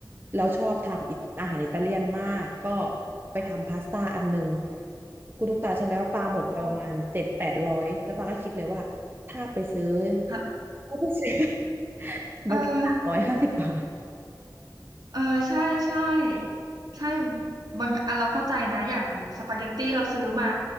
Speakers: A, on the right; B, on the right.
A: แล้วชอบทำอาหารอิตาเลียนมากก็ไปทำพาสต้าอันหนึ่งคุณลูกตาใช่ไหมว่าปลาหมดไปประมาณเจ็ดแปดร้อยแล้วปลาก็คิดเลยว่าถ้าไปซื้อ
B: อ๋อฮะ
A: ถ้าไปซื้อ <laughs>
B: <laughs> เออ
A: มันแค่สามร้อยห้าสิบบาท
B: เออใช่ใช่ใช่บางอันเราเข้าใจนะอย่างสปาเกตตี้เราซื้อมา